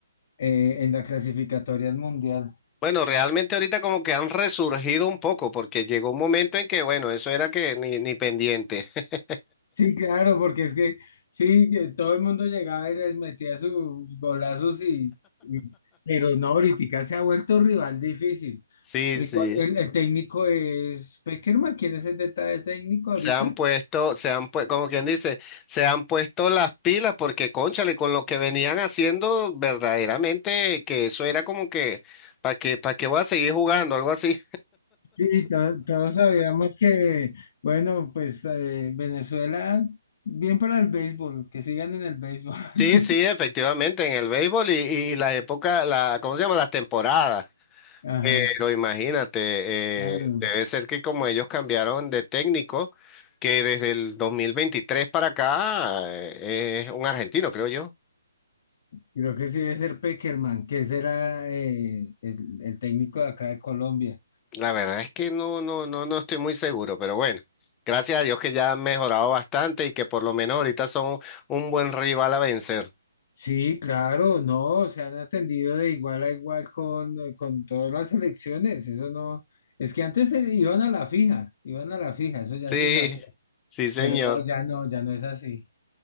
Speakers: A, on the left; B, on the left.
A: eh, en la clasificatoria al mundial?
B: Bueno, realmente ahorita como que han resurgido un poco porque llegó un momento en que, bueno, eso era que ni, ni pendiente. <laughs>
A: Sí, claro, porque es que sí, que todo el mundo llegaba y les metía sus golazos y, y- pero no, ahorita se ha vuelto rival difícil.
B: Sí,
A: El,
B: sí.
A: cua- el- el técnico es Peckerman, ¿quién es el detalle técnico ahorita?
B: Se han puesto, se han puesto, como quien dice, se han puesto las pilas porque, cónchale, con lo que venían haciendo, verdaderamente que eso era como que, ¿para qué, para qué voy a seguir jugando? Algo así.
A: Sí, to- todos sabíamos que, bueno, pues eh, Venezuela, bien para el béisbol, que sigan en el béisbol. <laughs>
B: Sí, sí, efectivamente, en el béisbol y, y las épocas, la, ¿cómo se llama? Las temporadas.
A: Ajá,
B: Pero imagínate,
A: claro.
B: eh, debe ser que como ellos cambiaron de técnico, que desde el 2023 para acá eh, es un argentino, creo yo.
A: Creo que sí debe ser Peckerman, que ese era eh, el, el técnico de acá de Colombia.
B: La verdad es que no, no, no, no estoy muy seguro, pero bueno, gracias a Dios que ya han mejorado bastante y que por lo menos ahorita son un buen rival a vencer.
A: Sí, claro, no, se han atendido de igual a igual con, eh, con todas las elecciones, eso no, es que antes se iban a la fija, iban a la fija, eso ya
B: Sí,
A: se sabía,
B: sí, señor.
A: pero no, ya no, ya no es así.